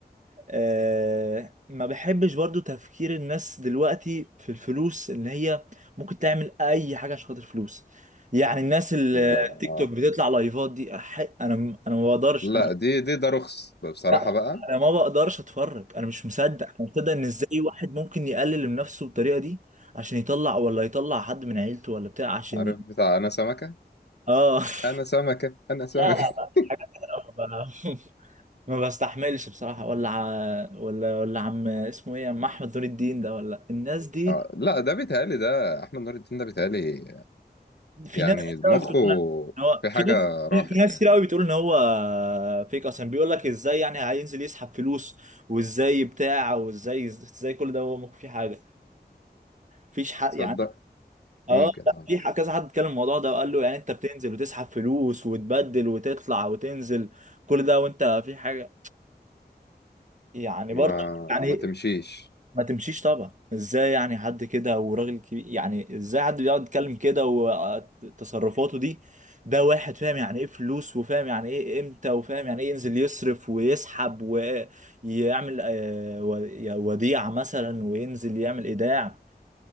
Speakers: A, on the right; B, on the left.
A: آه ما بحبش برضو تفكير الناس دلوقتي في الفلوس ان هي ممكن تعمل اي حاجه عشان خاطر فلوس يعني الناس اللي
B: لا
A: تيك
B: آه
A: توك بتطلع لايفات دي أح- انا انا ما بقدرش
B: لا
A: انا
B: دي دي ده رخص بصراحه
A: لا
B: بقى
A: انا ما بقدرش اتفرج انا مش مصدق انا مش مصدق ان ازاي واحد ممكن يقلل من نفسه بالطريقه دي عشان يطلع ولا يطلع حد من عيلته ولا بتاع عشان
B: عارف
A: ي...
B: بتاع انا سمكه
A: اه <laughs>
B: انا سمكه انا سمكه
A: لا لا لا
B: <laughs>
A: حاجات كده ما ب- <laughs> ما بستحملش بصراحه ولا ع... ولا ولا عم اسمه ايه عم احمد نور الدين ده ولا الناس دي
B: آه لا ده بيتهيألي ده احمد نور الدين ده بيتهيألي
A: في
B: يعني
A: ناس كتير
B: مخه
A: قوي بتقول ان هو
B: في حاجة
A: في ناس
B: راحت
A: في ناس
B: يعني
A: كتير قوي بتقول ان هو فيك اصلا بيقول لك ازاي يعني هينزل يسحب فلوس وازاي بتاع وازاي ازاي كل ده هو ممكن فيه حاجه مفيش حق
B: تصدق
A: يعني اه
B: ممكن
A: لا
B: اه
A: في ح- كذا حد اتكلم الموضوع ده وقال له يعني انت بتنزل وتسحب فلوس وتبدل وتطلع وتنزل كل ده وانت في حاجه يعني
B: ما
A: برضه يعني
B: ما تمشيش
A: ما تمشيش طبعا ازاي يعني حد كده وراجل كبير يعني ازاي حد بيقعد يتكلم كده وتصرفاته دي ده واحد فاهم يعني ايه فلوس وفاهم يعني ايه امتى وفاهم يعني ايه ينزل يصرف ويسحب ويعمل آه، و- وديعة مثلا وينزل يعمل ايداع